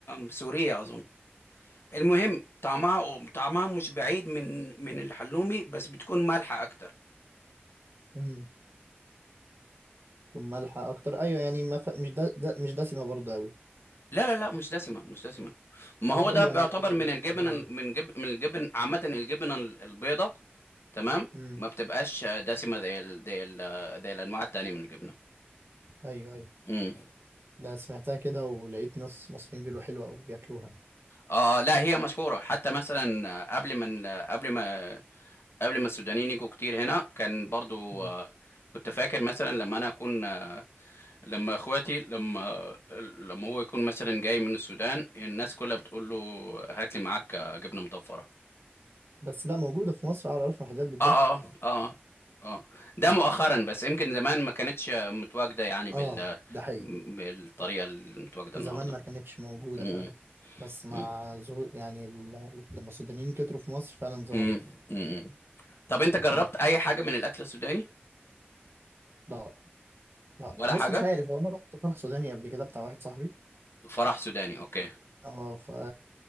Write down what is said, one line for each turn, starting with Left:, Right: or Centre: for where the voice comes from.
Left: سورية أظن المهم طعمها طعمها مش بعيد من من الحلومي بس بتكون مالحة أكتر
Right: مم. تكون مالحه اكتر ايوه يعني ما ف... مش ده, ده مش دسمه برضه قوي
Left: لا لا لا مش دسمة مش دسمة ما
Right: طب
Left: هو
Right: حلو
Left: ده بيعتبر
Right: يعني اجربها
Left: من الجبن
Right: ده حلو
Left: من جب من الجبن عامة الجبن ال- البيضة تمام
Right: امم
Left: ما بتبقاش دسمة زي ال... زي ال... زي الأنواع التانية من الجبنة
Right: ايوه ايوه
Left: امم
Right: ده سمعتها كده ولقيت ناس مصريين بيقولوا حلوه وبياكلوها
Left: اه لا هي مشهورة حتى مثلا قبل ما ال- قبل ما قبل ما السودانيين يجوا كتير هنا كان برضو
Right: مم.
Left: آه، كنت فاكر مثلا لما انا اكون لما اخواتي لما لما هو يكون مثلا جاي من السودان الناس كلها بتقول له هات لي معاك جبنه مطفره
Right: بس لا موجوده في مصر اعرف محلات بتبيعها
Left: اه اه اه اه ده مؤخرا بس يمكن زمان ما كانتش متواجده يعني بال
Right: اه ده حقيقي
Left: بالطريقه المتواجده
Right: زمان
Left: النهارده
Right: ما كانتش موجوده
Left: امم
Right: فعلا بس مع
Left: امم
Right: ظهور يعني ال- لما السودانيين كتروا في مصر فعلا ظهرت
Left: امم امم طب انت
Right: وكانت
Left: جربت اي حاجه من الاكل السوداني
Right: لا لا
Left: ولا
Right: بص
Left: حاجه
Right: مش عارف هو انا رحت فرح سوداني قبل كده بتاع واحد صاحبي
Left: فرح سوداني اوكي
Right: اه ف